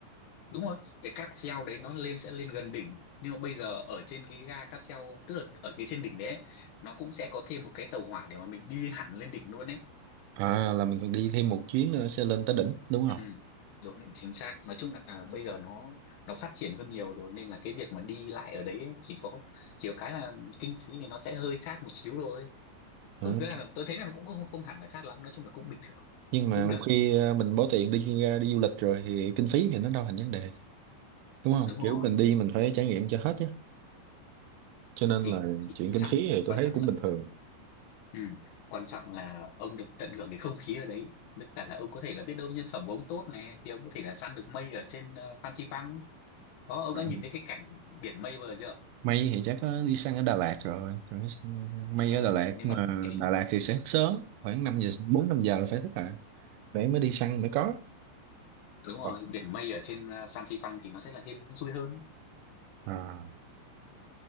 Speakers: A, on the left; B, on the right.
A: đúng rồi cái cáp treo đấy nó lên sẽ lên gần đỉnh nhưng mà bây giờ ở trên cái ga cáp treo tức là ở cái trên đỉnh đấy ấy, nó cũng sẽ có thêm một cái tàu hỏa để mà mình đi hẳn lên đỉnh luôn ấy
B: à là mình đi thêm một chuyến nữa sẽ lên tới đỉnh đúng
A: Ừ,
B: không
A: đúng chính xác nói chung là bây giờ nó nó phát triển hơn nhiều rồi nên là cái việc mà đi lại ở đấy ấy, chỉ có chỉ có cái là kinh phí thì nó sẽ hơi chát một xíu thôi
B: Ờ,
A: cứ
B: ok.
A: thứ là tôi thấy là nó cũng không không hẳn là chát lắm nói chung là cũng bình thường
B: nhưng mà
A: cũng
B: một
A: được
B: khi ờ, mình bỏ tiền đi ra đi du lịch rồi thì kinh phí thì nó đâu thành vấn đề đúng không
A: đúng
B: kiểu
A: rồi
B: mình đi
A: thì
B: mình phải trải nghiệm cho hết chứ cho nên
A: thì,
B: là
A: thì
B: chuyện
A: quan
B: kinh
A: trọng
B: phí thì tôi
A: quan
B: thấy
A: trọng
B: cũng bình thường
A: là ừ, quan trọng là ông được tận hưởng cái không khí ở đấy tất cả là ông có thể là biết đâu nhân phẩm của ông tốt này thì ông có thể là săn được mây ở trên uh, Fansipan đó ông
B: Ờ,
A: đã nhìn thấy cái cảnh biển mây bao giờ chưa
B: May thì chắc có đi sang ở Đà Lạt rồi Còn cái sang- May
A: à,
B: ở Đà Lạt
A: nhưng
B: mà
A: mà cái
B: Đà Lạt thì sẽ thức sớm khoảng 5 giờ 4 5 giờ là phải thức lại để mới đi săn mới có
A: Đúng
B: Ờ.
A: rồi, biển mây ở trên à, Fansipan thì nó sẽ là hên xui hơn,
B: à